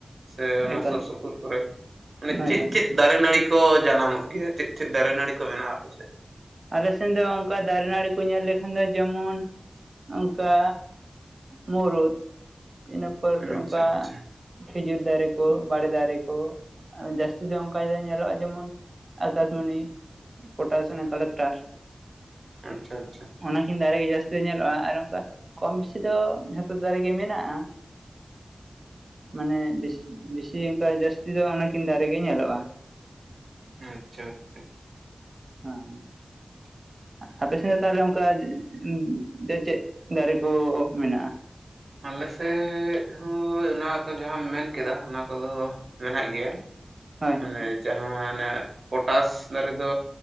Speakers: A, on the right (about 75°); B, on the right (about 50°).
A: ᱥᱮ ᱚᱱᱟ
B: ᱮᱠᱟᱞ
A: ᱥᱩᱨ ᱥᱩᱯᱩᱨ ᱠᱚᱨᱮ ᱢᱟᱱᱮ
B: ᱦᱳᱭ
A: ᱪᱮᱫ
B: ᱦᱳᱭ
A: ᱪᱮᱫ ᱫᱟᱨᱮ ᱱᱟᱹᱲᱤ ᱠᱚ ᱡᱟᱱᱟᱢᱚᱜ ᱜᱮᱭᱟ ᱪᱤᱫ ᱪᱤᱫ ᱫᱟᱨᱮ ᱱᱟᱹᱨᱤ ᱠᱚ ᱢᱮᱱᱟᱜᱼᱟ ᱟᱯᱮᱥᱮᱫ?
B: ᱟᱞᱮ ᱥᱮᱱ ᱫᱚ ᱚᱱᱠᱟ ᱫᱟᱨᱮ ᱱᱟᱹᱲᱤ ᱠᱚ ᱧᱮᱞ ᱞᱮᱠᱷᱟᱱ ᱫᱚ ᱡᱮᱢᱚᱱ ᱚᱱᱠᱟ ᱢᱩᱨᱩᱫ ᱤᱱᱟᱹᱯᱚᱨ
A: ᱟᱪᱪᱷᱟ
B: ᱚᱱᱠᱟ
A: ᱟᱪᱪᱷᱟ
B: ᱠᱷᱤᱡᱩᱨ ᱫᱟᱨᱮ ᱠᱩ ᱵᱟᱲᱮ ᱫᱟᱨᱮ ᱠᱩ ᱡᱟᱹᱥᱛᱤ ᱫᱚ ᱚᱱᱠᱟ ᱧᱮᱞᱚᱜ-ᱟ, ᱡᱮᱢᱚᱱ ᱟᱠᱟᱥᱢᱚᱱᱤ, ᱯᱚᱴᱟᱥ ᱚᱱᱟ ᱠᱟᱞᱮᱠᱴᱟᱨ
A: ᱟᱪᱪᱷᱟ ᱟᱪᱪᱷᱟ
B: ᱚᱱᱟᱠᱤᱱ ᱫᱟᱨᱮ ᱜᱮ ᱡᱟᱹᱥᱛᱤ ᱫᱚ ᱧᱮᱞᱚᱜ-ᱟ ᱟᱨ ᱚᱱᱠᱟ ᱠᱚᱢ ᱵᱮᱥᱤ ᱫᱚ ᱡᱷᱚᱛᱚ ᱫᱟᱨᱮ ᱜᱮ ᱢᱮᱱᱟᱜ-ᱟ᱾ ᱢᱟᱱᱮ ᱵᱮᱥᱤ ᱚᱱᱠᱟ ᱡᱟᱹᱥᱛᱤ ᱫᱚ ᱚᱱᱟᱠᱤᱱ ᱫᱟᱨᱮ ᱜᱮ ᱧᱮᱞᱚᱜ-ᱟ᱾
A: ᱟᱪᱪᱷᱟ ᱟᱪᱪᱷᱟ
B: ᱦᱳᱭ ᱟᱯᱮ ᱥᱮᱫ ᱫᱚ ᱛᱟᱦᱚᱞᱮ ᱚᱱᱠᱟ ᱩ ᱪᱮ, ᱪᱮᱫ ᱫᱟᱨᱮ ᱠᱚ ᱢᱮᱱᱟᱜ-ᱟ?
A: ᱟᱞᱮᱥᱮᱫ ᱦᱚᱸ ᱚᱱᱟ ᱠᱚ ᱡᱟᱦᱟᱸᱢ ᱢᱮᱱ ᱠᱮᱫᱟ᱾ ᱚᱱᱟ ᱠᱚᱫᱚ ᱢᱮᱱᱟᱜ ᱜᱮᱭᱟ᱾
B: ᱦᱳᱭ
A: ᱢᱟᱱᱮ
B: ᱦᱳᱭ
A: ᱡᱟᱦᱟᱸ ᱚᱱᱮ ᱯᱚᱴᱟᱥ ᱫᱟᱨᱮ ᱫᱚ